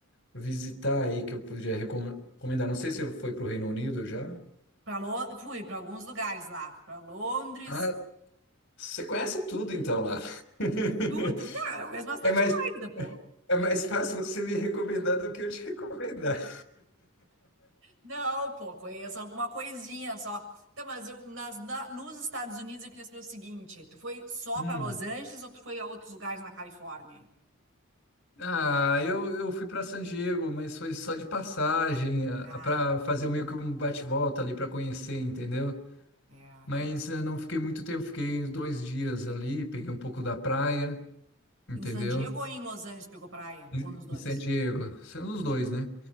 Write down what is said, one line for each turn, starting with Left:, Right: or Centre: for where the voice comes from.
Left: visitar aí que eu poderia recom- recomendar. Não sei se foi para o Reino Unido já.
Right: Pra Lon- Fui para alguns lugares lá, para Londres,
Left: Ah, você conhece tudo então lá. <laughs>
Right: tudo. Não, eu conheço bastante
Left: É mais,
Right: coisa, pô.
Left: é
Right: Eu
Left: mais fácil você me recomendar do que eu te recomendar.
Right: Não, pô, conheço alguma coisinha só. Então, mas eu, nas, na- nos Estados Unidos eu queria saber o seguinte: tu foi só
Left: Hum.
Right: para Los Angeles ou tu foi a outros lugares na Califórnia?
Left: Ah, eu, eu fui para San Diego, mas foi só de passagem,
Right: Ah,
Left: para fazer meio que um bate-volta ali para conhecer, entendeu?
Right: é, entendi.
Left: Mas eu não fiquei muito tempo, fiquei uns dois dias ali, peguei um pouco da praia, entendeu?
Right: Em San Diego ou em Los Angeles pegou praia?
Left: Em,
Right: Ou nos dois?
Left: em San Diego, sendo
Right: Entendi.
Left: os dois, né?